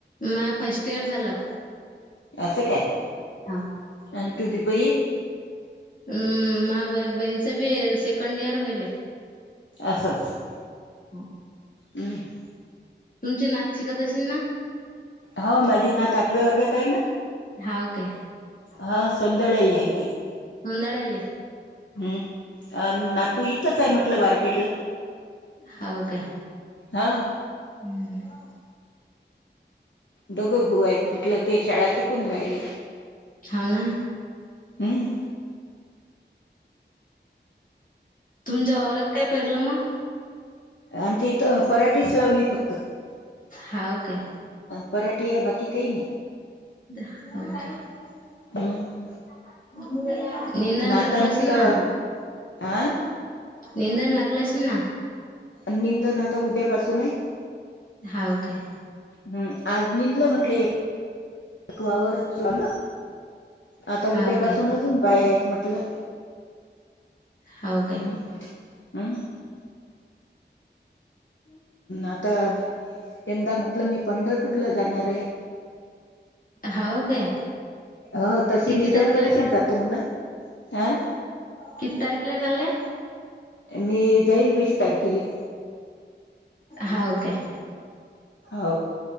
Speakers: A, on the left (about 45°); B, on the left (about 85°).
A: माहे फर्स्ट इयर झालं
B: असं काय
A: हां
B: आणि तुझी बहीण
A: हम्म माह्या बहीणचं बी सेकंड इयर होईल आहे
B: अससं असं
A: हम
B: हं
A: तुमची नात शिकत असेल ना
B: हो माझी नात आठवे वर्गेत आहे ना.
A: हाव काय
B: हा संदळली आहे ती.
A: संदळली
B: हम्म नातू इथंच आहे म्हटलं मार्केटला.
A: हो काय.
B: हा
A: हम्म <unintelligible>
B: दोघं भाऊ आहेत म्हटलं ते शाळा शिकून राहिले.
A: हाव ना
B: हम्म
A: तुमच्या वावरात काय पेरलं मग?
B: आणि ते इथं पराठीेच लावली. फक्त
A: हाव काय.
B: पराठी आहे बाकी काही नाही.
A: <inaudible>
B: हम्म
A: निंदन
B: नाता
A: लागल
B: म्हटलं
A: असेल ना?
B: आ
A: निंदन लागल असेल ना?
B: निंदन आता उद्यापासून आहे.
A: होऊ काय
B: हम् आज निंदला म्हटलंय. एक वावर ना आता
A: हाव
B: उद्यापासून
A: काय
B: अजून बाया म्हटलं
A: हाव
B: हम् हम्
A: ह
B: आता यंदा म्हटलं मी पंढरपूरला जाणार आहे.
A: हव काय
B: हो तशी
A: किती
B: मी
A: तारखेला
B: दरवर्षीच
A: चाल
B: जातो म्हणा.
A: किती तारखेला चालल्या?
B: मी जाईल वीस तारखेले
A: हाव काय
B: हा